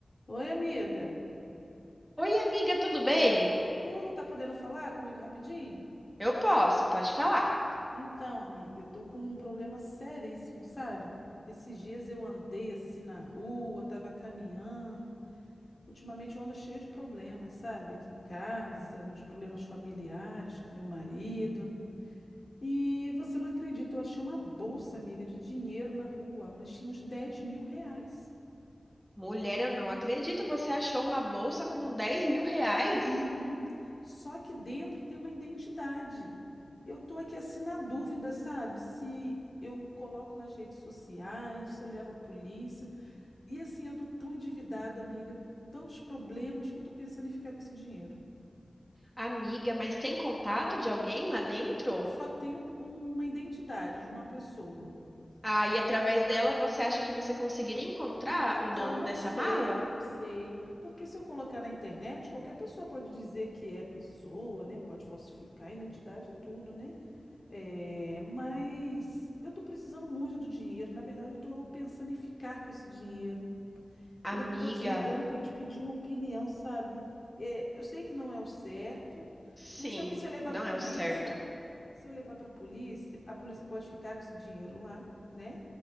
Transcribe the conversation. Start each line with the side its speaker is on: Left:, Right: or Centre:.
Left: Oi, amiga.
Centre: Oi, amiga, tudo bem?
Left: Tudo tá podendo falar comigo rapidinho?
Centre: Eu posso, pode falar.
Left: Então, amiga, tô com um problema seríssimo, sabe? Esses dias eu andei assim na rua, tava caminhando. Ultimamente eu ando cheio de problemas, sabe? Aqui em casa, uns problemas familiares com meu marido. E você não acredita, eu achei uma bolsa, amiga, de dinheiro na rua, mas tinha uns dez mil reais.
Centre: Mulher, eu não acredito, você achou uma bolsa com dez mil reais?
Left: Uhum. Só que dentro tem uma identidade. Eu tô aqui assim na dúvida, sabe? Se eu coloco nas redes sociais, se eu levo a polícia. E assim, eu tô tão endividada, amiga, com tantos problemas que eu tô pensando em ficar com esse dinheiro.
Centre: Amiga, mas tem contato de alguém lá dentro?
Left: Só tenho uma identidade de uma pessoa.
Centre: Ah, e através dela você acha que você conseguiria encontrar
Left: Então,
Centre: o dono
Left: não
Centre: dessa
Left: sei,
Centre: mala?
Left: não sei. Porque se eu colocar na internet, qualquer pessoa pode dizer que é a pessoa, né? Pode falsificar a identidade e tudo, né? É, mas eu tô precisando muito do dinheiro. Na verdade, eu tô pensando em ficar com esse dinheiro.
Centre: Amiga,
Left: Eu tô te ligando para te pedir uma opinião, sabe? É, eu sei que não é o certo,
Centre: sim,
Left: mas também se eu levar
Centre: não
Left: para polícia,
Centre: é o certo.
Left: se eu levar para polícia, a polícia pode ficar com esse dinheiro lá, né?